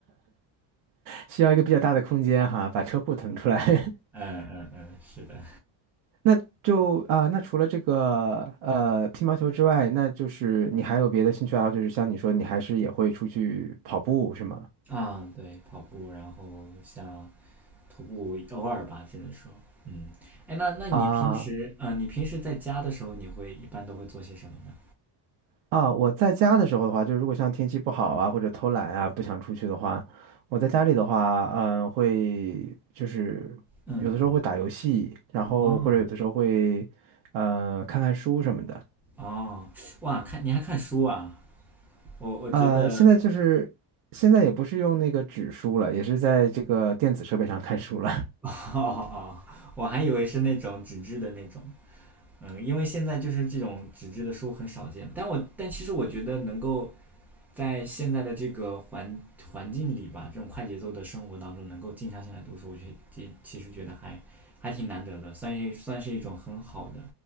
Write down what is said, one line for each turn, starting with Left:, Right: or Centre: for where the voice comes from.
Right: 需要一个比较大的空间哈，把车库腾出来。<laughs>
Centre: 嗯嗯嗯，是的。
Right: 那就啊、呃那除了这个呃乒乓球之外，那就是你还有别的兴趣爱好，就是像你说，你还是也会出去跑步，是吗？
Centre: 啊，对，跑步，然后像徒步，偶尔吧，只能说，嗯，哎，那那你平时，
Right: 啊
Centre: 嗯，你平时在家的时候，你会一般都会做些什么呢？
Right: 啊，我在家的时候的话，就是如果像天气不好啊，或者偷懒啊，不想出去的话，我在家里的话，嗯、会就是有的时候会打游戏，
Centre: 嗯嗯，
Right: 然后或者有的时候会呃看看书什么的。
Centre: 哦哦，哇，看你还看书啊？我我觉得，
Right: 呃，现在就是现在也不是用那个纸书了，也是在这个电子设备上看书了。
Centre: <laughs> 哦哦，我还以为是那种纸质的那种，嗯，因为现在就是这种纸质的书很少见，但我但其实我觉得能够在现在的这个环环境里吧，这种快节奏的生活当中，能够静下心来读书，我觉得其其实觉得还还挺难得的，算是算是一种很好的，